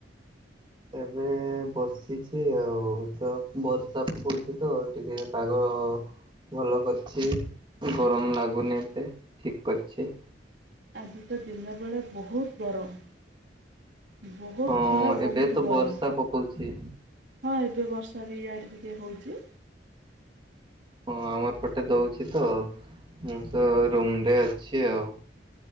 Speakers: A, on the right (about 30°); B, on the right (about 70°).
A: ଏବେ ବସିଚି ଆଉ ତ ବର୍ଷା ପକଉଚିତ ଟିକେ ପାଗ ଅ ଭଲ କରିଚି ଗରମ ଲାଗୁନି ଏତେ ଠିକ୍ କରିଚି।
B: ଆଜି ତ ଦିନବେଳେ ବହୁତ ଗରମ୍। ବହୁତ୍
A: ହଁ
B: ଖରା ବହୁତ୍
A: ଏବେ ତ
B: ଗରମ
A: ବର୍ଷା ପକଉଛି
B: ହଁ ଏବେ ବର୍ଷ ଚାରି ଆଡେ ଟିକେ ହଉଚି।
A: ଅଁ ଆମ ଏପଟେ ଦଉଚି ତ ମୁଁ ତ ରୁମ୍ ରେ ଅଛି ଆଉ।